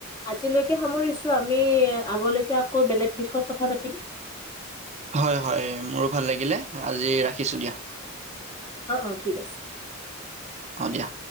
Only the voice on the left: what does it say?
আজিলৈকে সামৰিছো আমি আগলৈকে আকৌ বেলেগ বিষয়ত কথা পাতিম
অঁ, অঁ, ঠিক আছে।